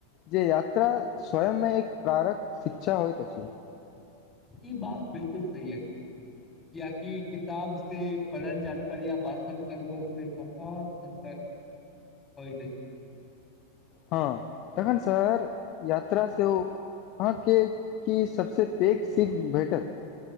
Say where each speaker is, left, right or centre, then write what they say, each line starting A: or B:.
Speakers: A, on the left; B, on the left.
A: जे यात्रा स्वयंमे एक प्रारक शिक्षा होइतस
B: ई बात बिलकुल सही अछि ज किया कि किताब से पढ़ल जानकारी य वास्तविक अनुभव मे बहुत अन्तर हो तऽ अछी
A: हँ तखन सर यात्रा सँ से ओ अहाँ के की सबसे पैघ सीख भेटत